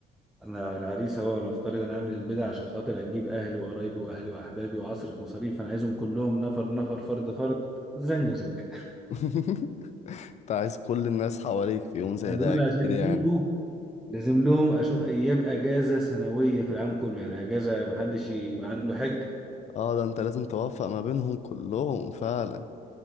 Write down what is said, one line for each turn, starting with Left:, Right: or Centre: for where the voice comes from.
Centre: انا العريس اهو نفترض انا هعمل البدع عشان خاطر اجيب اهلي وقرايبي واهلي واحبابي واصرف مصاريف انا عايزهم كلهم نفر نفر فرد فرد زنجة زنجة
Left: <laughs> انت عايز كل الناس حواليك في يوم زي
Centre: ما دول
Left: ده اكيد
Centre: عشان
Left: يعني
Centre: يجوا لازم لهم اشوف ايام اجازه سنويه في العام كله يعني اجازه محدش يبقى عنده حج
Left: اه ده انت لازم توفق ما بينهم كلهم فعلا